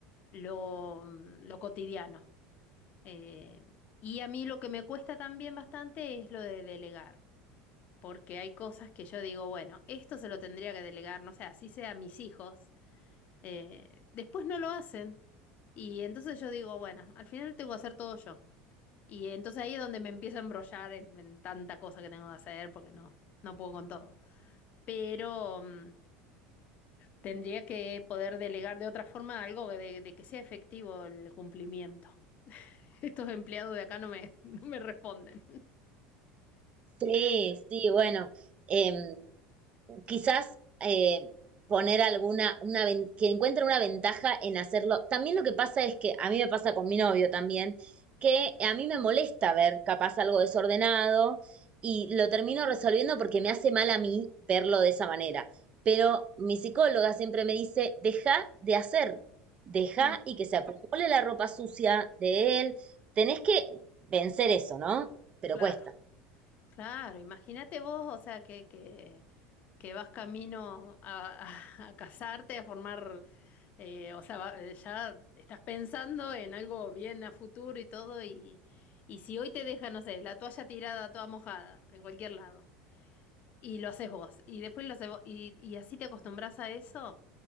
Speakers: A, on the left (about 45°); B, on the right (about 35°).
A: lo, mm, lo cotidiano. Eh, y a mí lo que me cuesta también bastante es lo de delegar, porque hay cosas que yo digo, bueno, esto se lo tendría que delegar, no sé, así sea a mis hijos. Eh, después no lo hacen. Y entonces yo digo, bueno, al final tengo que hacer todo yo. Y entonces ahí es donde me empiezo a embrollar en, en tanta cosa que tengo que hacer porque no, no puedo con todo. Pero mm, tendría que poder delegar de otra forma algo que de, de que sea efectivo el cumplimiento. <laughs> Estos empleados de acá no me, <laughs> no me responden.
B: Sí, sí, bueno, em, quizás eh, poner alguna, una, que encuentre una ventaja en hacerlo. También lo que pasa es que a mí me pasa con mi novio también, que a mí me molesta ver capaz algo desordenado y lo termino resolviendo porque me hace mal a mí verlo de esa manera. Pero mi psicóloga siempre me dice, deja de hacer, deja
A: Mm,
B: y que se acumule la ropa sucia de él. Tenés que vencer eso, ¿no? Pero
A: Claro,
B: cuesta.
A: claro, imagínate vos, o sea, que, que que vas camino a, a- a casarte, a formar, eh, o sea, va- eh, ya estás pensando en algo bien a futuro y todo, y, y si hoy te deja, no sé, la toalla tirada toda mojada en cualquier lado, y lo haces vos, y después lo haces vos, y, y así te acostumbras a eso,